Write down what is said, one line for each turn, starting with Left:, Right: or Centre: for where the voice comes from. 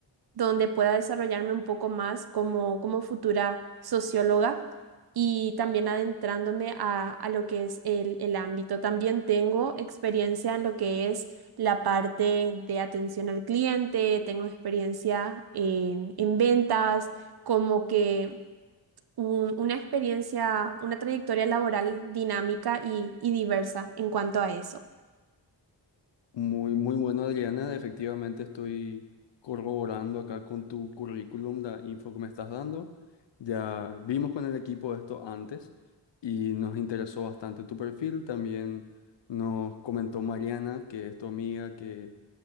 Right: donde pueda desarrollarme un poco más como, como futura socióloga y también adentrándome a, a lo que es el, el ámbito. También tengo experiencia en lo que es la parte de atención al cliente, tengo experiencia en, en ventas, como que un- una experiencia, una trayectoria laboral dinámica y y diversa en cuanto a eso.
Left: Muy, muy bueno, Adriana. Efectivamente, estoy corroborando acá con tu currículum la info que me estás dando. Ya vimos con el equipo esto antes y nos interesó bastante tu perfil. También nos comentó Mariana, que es tu amiga, que,